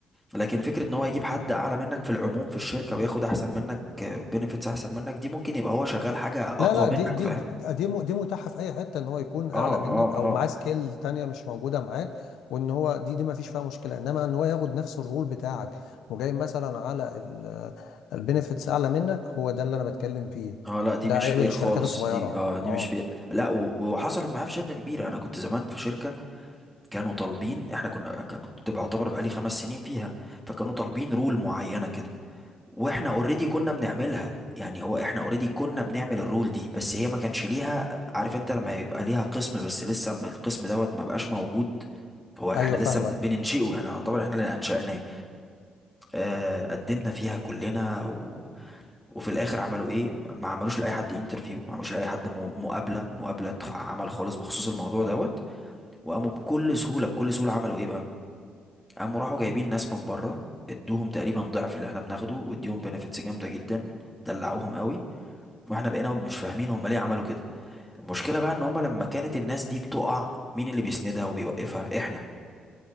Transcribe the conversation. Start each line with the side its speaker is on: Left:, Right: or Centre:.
Centre: لكن فكرة ان هو يجيب حد اعلى منك في العموم في الشركة وياخد احسن منك بنفيتس احسن منك دي ممكن يبقى هو شغال حاجة اقوى
Left: لا لا دي
Centre: منك
Left: دي
Centre: فاهم
Left: دي دي م- دي متاحة في أي حتة إن هو يكون أعلى
Centre: اه
Left: منك
Centre: اه
Left: أو
Centre: اه
Left: معاه سكيل تانية مش موجودة معاك وإن هو دي دي ما فيش فيها مشكلة إنما إن هو ياخد نفس الرول بتاعك وجاي مثلا على البينفيتس أعلى منك هو ده اللي أنا بتكلم فيه
Centre: اه لا دي
Left: ده
Centre: مش
Left: عيب
Centre: فير
Left: الشركات
Centre: خالص
Left: الصغيرة
Centre: دي اه دي
Left: أه
Centre: مش فير لا و- وحصلت معايا في شركة كبيرة انا كنت زمان في شركة كانوا طالبين احنا كنا كانت تبقى يعتبر بقالي خمس سنين فيها فكانوا طالبين رول معينة كده واحنا اوريدي كنا بنعملها يعني هو احنا اوريدي كنا بنعمل الرول دي بس هي ما كانش ليها عارف انت لما يبقى ليها قسم بس لسه ما- القسم دوت ما بقاش موجود هو احنا
Left: أيوه
Centre: لسه
Left: فاهمك
Centre: بن- بننشئه يعني يعتبر احنا اللي انشأناه آه قدمنا فيها كلنا و... وفي الاخر عملوا ايه ما عملوش لاي حد انترفيو ما عملوش لاي حد م- مقابلة مقابلة عمل خالص بخصوص الموضوع دوت وقاموا بكل سهولة بكل سهولة عملوا ايه بقى قاموا راحوا جايبين ناس من بره ادوهم تقريبا ضعف اللي احنا بناخده واديهم بنفيتس جامده جدا دلعوهم قوي واحنا بقينا مش فاهمين هم ليه عملوا كده المشكله بقى ان هم لما كانت الناس دي بتقع مين اللي بيسندها وبيوقفها احنا